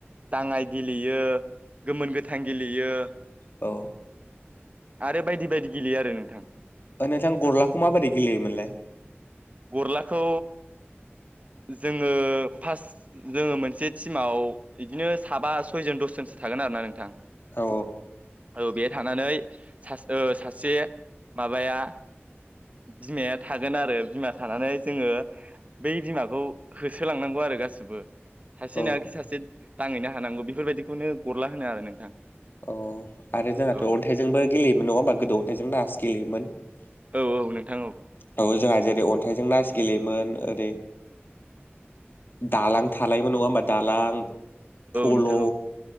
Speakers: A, on the right; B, on the left.
A: दाङाय गेलेयो गोमोन गोथां गेलेयो
B: औ
A: आरो बायदि बायदि गेलेयो आरो नोंथां।
B: नोंथां गरलाखौ माबोरै गेलेयोमोनलाय?
A: गरलाखौ जोङो फार्स्ट जोङो मोनसे टिमाव इदिनो साबा सयजन दसजनसो थागोन आरो ना नोंथां।
B: औ
A: औ बे थानानै सास ओ सासे माबाया बिमाया थागोन आरो बिमा थानानै जोङो बै बिमाखौ होसोलांनांगौ आरो गासि बो सासे
B: औ
A: नङाखि सासे दाङहैनो हानांगौ बेफोरबायदिखौनो गरला होनो आरो नोंथां।
B: अ आरो जोंहाथ'
A: औ
B: अन्थाइजोंबो गेलेयोमोन नङा होमबा गोदो अन्थाइजों नास गेलेयोमोन।
A: औ औ नोंथां औ।
B: औ जोंहा जेरै अन्थाइजों नास गेलेयोमोन ओरै दालां थालायोमोन नङा होमबा दालां। फल'
A: नोंथां औ